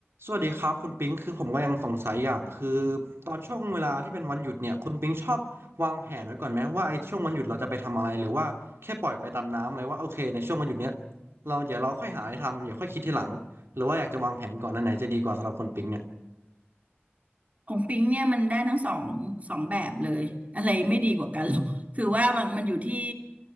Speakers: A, on the right; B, on the right.
A: สวัสดีครับคุณปิงคือผมก็ยังสงสัยอย่างคือตอนช่วงเวลาที่เป็นวันหยุดเนี่ยคุณปิงชอบวางแผนไว้ก่อนไหมว่าไอ้ช่วงวันหยุดเราจะไปทำอะไรหรือว่าแค่ปล่อยไปตามน้ำเลยว่าโอเคในช่วงวันหยุดเนี้ยเราเดี๋ยวเราค่อยหาอะไรทำอย่าค่อยคิดทีหลังหรือว่าอยากจะวางแผนก่อนอันไหนจะดีกว่าสำหรับคุณปิงเนี่ย
B: ของปิ๊งเนี่ยมันได้ทั้งสองสองแบบเลยอะไรไม่ดีกว่ากัน <laughs> หรอกคือว่ามันมันอยู่ที่